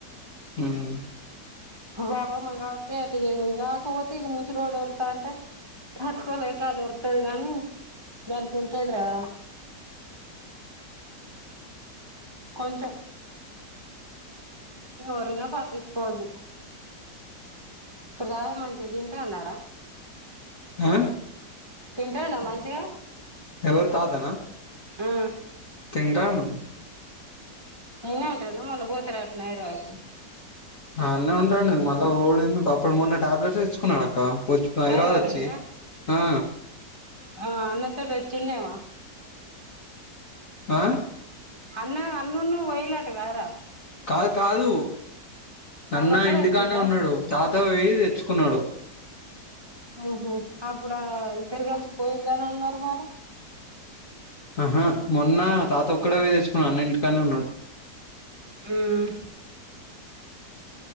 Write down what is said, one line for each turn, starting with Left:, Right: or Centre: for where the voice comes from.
Left: హ్మ్
Right: బాపమ్మ కాబట్టే అట్ల చేసింది కాకపోతే ఇగ ముసిలోడు ఓర్లు తాంటే తట్టుకోలేక అది ఓరుతది గానీ దానికి ఉంటదిరా కొంచం ఇంగ ఓర్లినా పట్టించుకోదు ఇప్పుడు దాకా మంచిగ తింటాన్నారా
Left: అ
Right: తింటన్నావ మంచిగా
Left: ఎవరు తాతనా
Right: ఆ
Left: తింటానం
Right: ఇన్నే ఉంటరాట్న్నా మళ్ళ పోతారా అట్నే హైదరాబాద్కు
Left: అన్నే ఉంటాండు మళ్ళీ పోడు ఎందుకు అప్పుడు మొన్న టాబ్లెట్స్ తెచ్చున్నాడు అక్క పొచ్క్ హైదరాబద్
Right: హైదరాబాద్
Left: వచ్చి
Right: పోయి
Left: ఆ
Right: ఆ అన్నతోటి వచ్చిండిమో
Left: ఆ
Right: అన్న అన్నును పోయిలు అట కదా రా
Left: కాదు కాదు
Right: మళ్ళ
Left: అన్న
Right: ఒక్కడే
Left: ఇంటికానే
Right: వచ్చిండా
Left: ఉన్నాడు తాత పోయి తే తెచ్చుకున్నాడు
Right: హ్మ్ హు అప్పుడు ఆ ఇద్దరు కలిసి పోయిళ్ళు అని అన్నారు మరి
Left: ఆహా మొన్న తాత ఒక్కడే పోయి తెచ్చుకున్న అన్న ఇంటికనే ఉన్నాడు
Right: హ్మ్